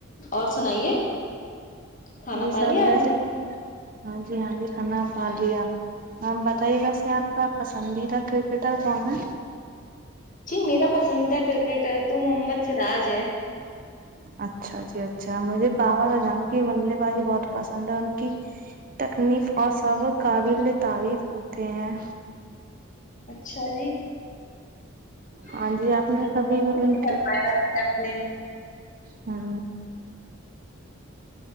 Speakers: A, on the left; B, on the right.
A: اور سنائیے کھانا
B: جی
A: پا
B: سب
A: لیا
B: ویسے
A: آپ نے
B: ہاں جی ہاں جی کھانا پا لیا ہم بتائیے ویسے آپ کا پسندیدہ کرکٹر کون ہے
A: جی میرا پسندیدہ کرکٹر تو محمد سراج ہے
B: اچھا جی اچھا مجھے باوا جان کی ملے بازی بہت پسند ہے ان کی تکنیف اور سب قابل تعریف ہوتے ہیں
A: اچھا جی <unintelligible>
B: ہاں جی آپ نے کبھی
A: آیا
B: ان کی
A: ہوس <unintelligible> آپ نے
B: ہاں